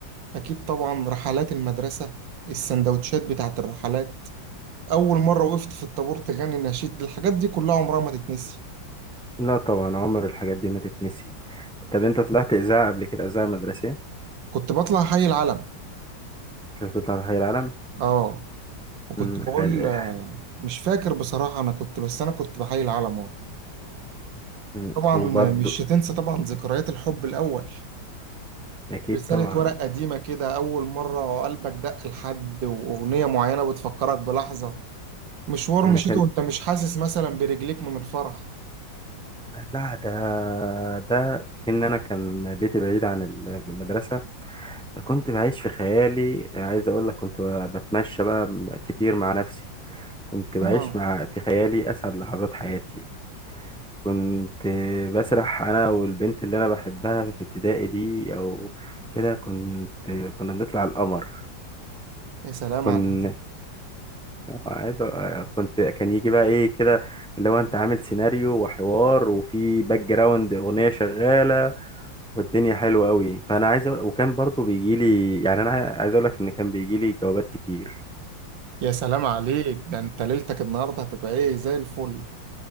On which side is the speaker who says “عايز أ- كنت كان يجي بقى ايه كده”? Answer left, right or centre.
Centre